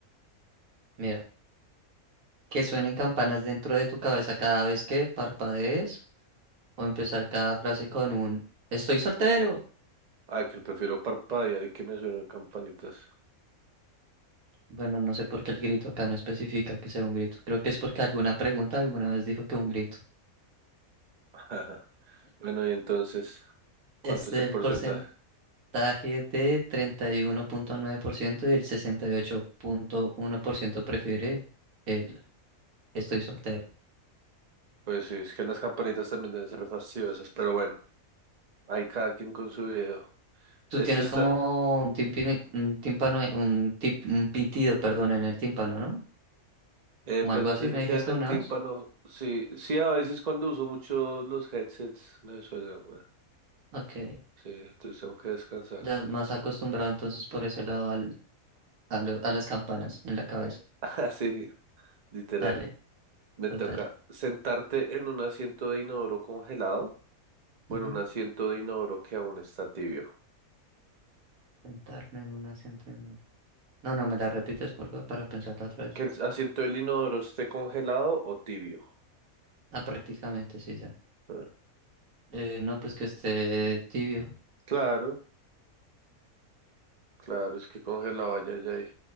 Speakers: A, on the right; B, on the right.
A: Mira, Que suenen campanas dentro de tu cabeza cada vez que parpadees o empezar cada frase con un estoy soltero.
B: Ay, que prefiero parpadear y que me suenen campanitas.
A: Bueno, no sé por qué el grito acá no especifica que sea un grito. Creo que es porque alguna pregunta alguna vez dijo que un grito.
B: Ajá. Bueno, y entonces, ¿cuánto
A: Es del
B: es el porcentaje?
A: porcentaje de treinta y uno punto nueve por ciento y el sesenta y ocho punto uno por ciento prefiere el estoy soltero.
B: Pues sí, es que las campanitas también deben ser fastidiosas, pero bueno, hay cada quien con su video.
A: Tú
B: Este
A: tienes
B: está,
A: como un timpine- un tímpano, eh, un, tip- un pintido, perdón, en el tímpano, ¿no?
B: eh,
A: Como
B: pues
A: algo
B: no
A: así
B: sé
A: me
B: si
A: dijiste
B: sea en el
A: una
B: tímpano,
A: vez.
B: sí, sí, a veces cuando uso mucho los headsets me suena, weón.
A: Ok.
B: Sí, entonces tengo que descansar.
A: ya
B: <laughs>
A: más acostumbrado entonces por ese lado al, a, lo- a las campanas en la cabeza.
B: Ah, Sí, literal.
A: Dale,
B: Me
A: total.
B: toca sentarte en un asiento de inodoro congelado o
A: Ujú.
B: en un asiento de inodoro que aún está tibio.
A: Sentarme en un asiento. en un- No, no, me la repites por favor para pensarla otra vez.
B: Que el asiento del inodoro esté congelado o tibio.
A: Ah, prácticamente sí, ya.
B: Ah,
A: Eh, no, pues que esté tibio.
B: Claro, Claro, es que congelado allá, ya. ahí.